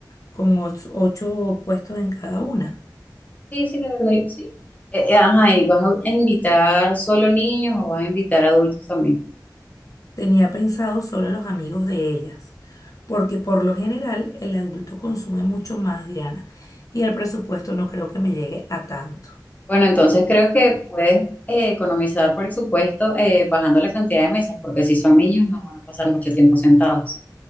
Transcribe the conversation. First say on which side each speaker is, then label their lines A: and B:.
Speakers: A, on the left; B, on the left.
A: con ocho ocho puestos en cada una.
B: Sí, sí, te vendría, sí. Eh, eh, ajá, ¿y vas a a invitar solo niños o vas a invitar adultos también?
A: Tenía pensado solo los amigos de ellas, porque por lo general el adulto consume mucho más, Diana, y el presupuesto no creo que me llegue a tanto.
B: Bueno, entonces creo que puedes eh, economizar presupuesto eh, bajando la cantidad de mesas, porque si son niños no van a pasar mucho tiempo sentados.